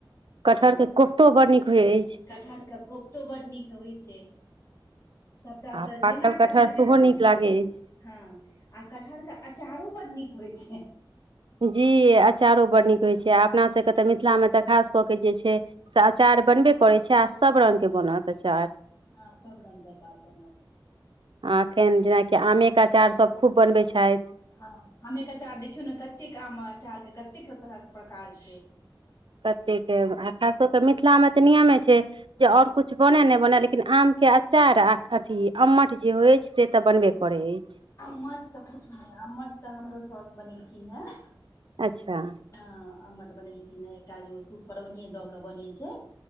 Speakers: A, on the right (about 80°); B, on the left (about 35°).
A: कटहर
B: हँ
A: के। कोफ्तो बड़ नीक होइत अछि।
B: कटहर के कोफतो बड़ नीक होइ छै सभटा
A: आ
B: तऽ
A: पाकल
B: जेना
A: कटहर
B: कटहरके
A: सेहो
B: बनल।
A: नीक लागै अछि
B: ह आ कटहर के अचारो बड्ड नीक होइ छै
A: जी अचारो बड़ नीक होइ छै अपना सभके तऽ मिथिलामे तऽ खास कऽ के जे छै। अचार बनबे करैत छै आ सभ रंगके बनत अचार
B: हँ सब रंग के अचार बनल
A: एखन जेनाकि आ क अचार सभ खूब बनबै छथि।
B: ह आमेक अचार देखियौ ने कतेक आम अचार के कतेक तरहक प्रकार छै।
A: कतेक आ खास कऽ मिथिलामे तऽ नियमे छै जे और कुछ बनय नहि बनय लेकिन आम के अचार अथी अम्मठ जे होइ छै से त बनबे कर पड़ै अछि।
B: आ तऽ पूछल आमठ तऽ हमरो सौस बनेलखिन हे
A: अच्छा।
B: ह अमट बनेलखिन ह एक काजगो सूप पर ओन दऽ के बनै छै